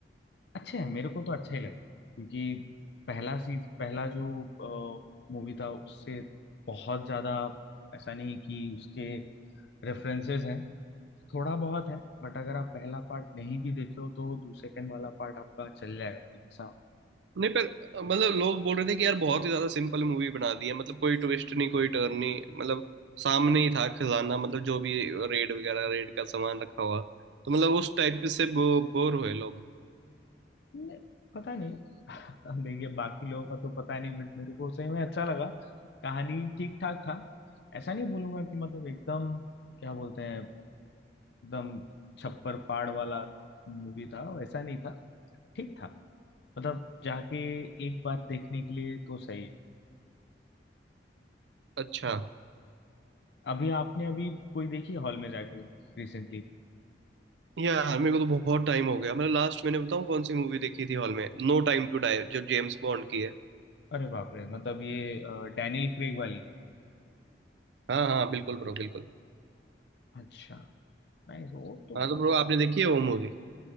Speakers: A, on the left (about 70°); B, on the right (about 75°).
A: अच्छा है मेरे को तो अच्छा ही लगा क्योंकि पहला सीज पहला जो मूवी था उससे बहुत ज्यादा ऐसा नहीं कि उसके रेफरेंसेस हैं थोड़ा बहुत है बट अगर आप पहला पार्ट नहीं भी देखे हो तो सेकंड वाला पार्ट आपका चल जाएगा तो ऐसा
B: नहीं पर अ, मतलब लोग बोल रहे थे कि यार बहुत ही ज्यादा सिंपल मूवी बना दी है मतलब कोई ट्विस्ट नहीं कोई टर्न नहीं मतलब सामने ही था खजाना मतलब जो भी रेड वगैरह रेड का सामान रखा हुआ तो मतलब उस टाइप से बो, बोर हुए लोग
A: नहीं, पता नहीं <laughs> देखिए बाकी लोगों का तो पता नहीं बट मेरे को सही में अच्छा लगा कहानी ठीक ठाक था ऐसा नहीं बोलूंगा कि मतलब एकदम क्या बोलते हैं एकदम छप्पर पाड़ वाला मूवी था वैसा नहीं था ठीक था मतलब जाके एक बार देखने के लिए तो सही है
B: अच्छा
A: अभी आपने अभी कोई देखी हॉल में जाके रिसेंटली
B: यार मेरे को तो बहुत टाइम हो गया मतलब लास्ट मैंने बताऊं कौन सी मूवी देखी थी हॉल में नो टाइम टू डाई जो जेम्स बॉन्ड की है
A: अरे बाप रे मतलब ये डैनियल क्रेग वाली
B: हाँ हाँ बिल्कुल ब्रो बिल्कुल
A: अच्छा नाइस वो तो
B: हाँ तो ब्रो आपने देखी है वो मूवी